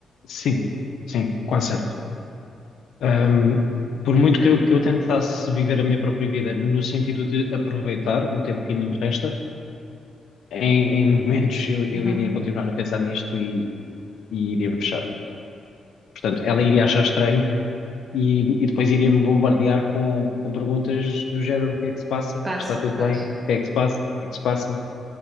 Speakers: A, on the left; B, on the right.
A: Sim, sim, quase certo. Hum, por muito que eu, que eu tentasse viver a minha própria vida no sentido de aproveitar o tempo que ainda me resta em, em momentos eu, eu
B: Uhum.
A: iria continuar a pensar nisto e, e iria-me fechar. Portanto, ela iria achar estranho e, e depois iria-me bombardear com, com perguntas do género: o que é que se passa?
B: Passa,
A: Está tudo
B: pois.
A: bem? O que é que se passa? O que é que se passa?